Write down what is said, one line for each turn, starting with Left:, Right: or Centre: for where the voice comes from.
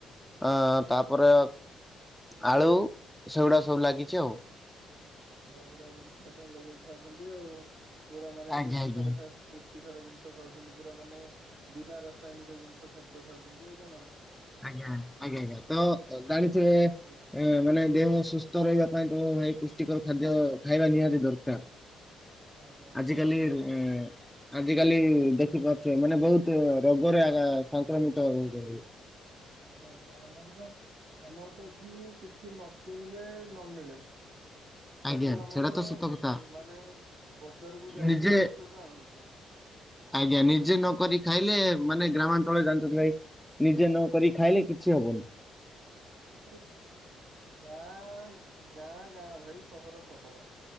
Centre: ଅ ତାପରେ ଆଳୁ ସେଗୁଡା ସବୁ ଲାଗିଚି ଆଉ।
Right: ବଢିଆ ବଢିଆ ଜିନିଷ ତ ଲଗେଇକି ଖାଉକନ୍ତି ଆଉ ପୁରା ମାନେ
Centre: ଆଜ୍ଞା
Right: ପୁଷ୍ଟି
Centre: ଆଜ୍ଞା
Right: ସାର ଖା ପୁଷ୍ଟି ସାର ଜିନିଷ ଖାଉଚନ୍ତି ପୁରା ମାନେ ବିନା ରାସାୟନିକ ଜିନିଷ ଖାଦ୍ୟ ଖାଉଚନ୍ତି ଆଉ କଣ?
Centre: ଆଜ୍ଞା ଆଜ୍ଞା ଆଜ୍ଞା ତ ଜାଣିଥିବେ
Right: ବହୁତ ବଢିଆ।
Centre: ମାନେ ଦେହ ସୁସ୍ଥ ରହିବା ପାଇଁ ତମ ଭାଇ ପୁଷ୍ଟିକର ଖାଦ୍ୟ ଖାଇବା ନିହାତି ଦରକାର।
Right: ଆଜ୍ଞା
Centre: ଆଜିିକାଲି
Right: ଠିକ୍ ଠିକ୍।
Centre: ରେ ଆଜିକାଲି ଦେଖିପାରୁଥିବେ ମାନେ ବୋହୁତ ରୋଗରେ ଏଗା ସଂକ୍ରମିତ ହୋଉଚନ୍ତି।
Right: ଆଜ୍ଞା ଆଜ୍ଞା ଆମର ତ ଆମର ତ ଏଠି କିଛି ନ କିଣିଲେ ନ ମିଳେ। ସବୁ
Centre: ଆଜ୍ଞା
Right: ଆମର
Centre: ସେଇଟା ତ ସତ କଥା
Right: ମାନେ ବଜାରକୁ ଯାଇକି
Centre: ନିଜେ
Right: ଆମେ ସବୁ ଆଣୁଚୁ।
Centre: ଆଜ୍ଞା ନିଜେ ନକରିକି ଖାଇଲେ ମାନେ ଗ୍ରାମାଞ୍ଚଳରେ ଜାଣିଚନ୍ତି ଭାଇ ନିଜେ ନକ ଖାଇଲେ କିଛି ହବନି।
Right: ସେ ଯୋଉ ଗାଁ ଗାଁ ଗାଁ ଭାଇ ସହର ସହର।